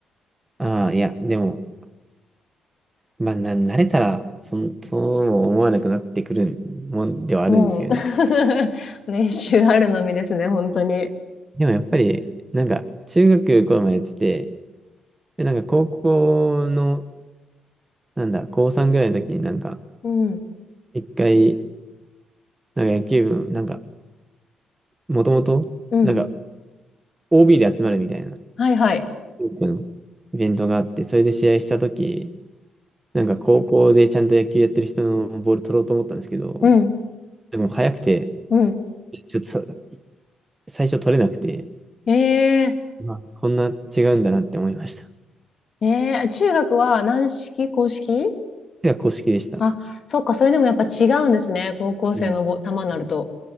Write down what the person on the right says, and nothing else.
ああ、いや、でも、まあ、な、慣れたら、そん、そう思わなくなってくるもんではあるんですよね。
でもやっぱり、なんか、中学頃までやってて、で、なんか高校の、なんだ、高3ぐらいの時になんか、
一回、なんか野球部、なんか、もともと、
なんか、OB で集まるみたいな
京都のイベントがあって、それで試合したとき、なんか高校でちゃんと野球やってる人のボール取ろうと思ったんですけど、
でも速くて、
ちょっとさ最初取れなくて、
まあこんな違うんだなって思いました。
手が公式でした。
うん